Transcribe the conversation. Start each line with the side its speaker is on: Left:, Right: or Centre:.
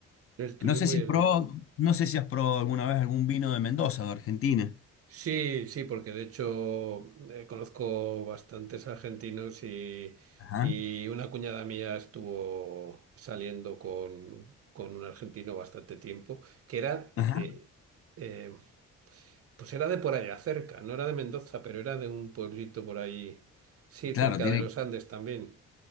Right: El turismo
Left: No sé
Right: y
Left: si
Right: el
Left: probó,
Right: vino.
Left: no sé si has probado alguna vez algún vino de Mendoza, de Argentina.
Right: Sí, sí, porque de hecho eh, conozco bastantes argentinos y,
Left: Ajá,
Right: y una cuñada mía estuvo saliendo con, con un argentino bastante tiempo, que era de,
Left: ajá.
Right: eh, pues era de por allá cerca, no era de Mendoza, pero era de un pueblito por ahí, sí,
Left: Claro,
Right: cerca
Left: tiene,
Right: de los Andes también.